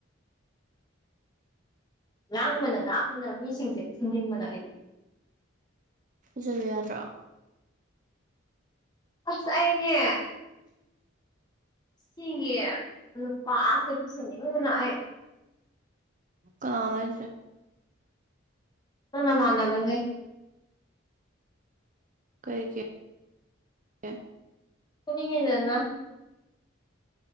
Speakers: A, on the left (about 20°); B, on the right (about 40°).
A: ꯉꯥꯡꯕꯅ ꯉꯥꯡꯕꯅ ꯃꯤꯁꯤꯡꯁꯦ ꯐꯨꯅꯤꯡꯕꯅ ꯑꯩꯗꯤ
B: ꯖꯂꯨ ꯌꯥꯗ꯭ꯔꯣ
A: ꯑꯁ ꯑꯩꯅꯦ ꯁꯤꯒꯤ ꯅꯨꯨꯄꯥꯁꯦ ꯄꯨꯁꯟꯅꯤꯡꯅ ꯑꯩ
B: ꯀꯥꯂꯏꯁ
A: ꯑꯅ ꯃꯥ ꯅꯕꯒꯦ
B: ꯀꯩ ꯀꯌꯥ
A: ꯀꯃꯤꯉꯖꯅꯥ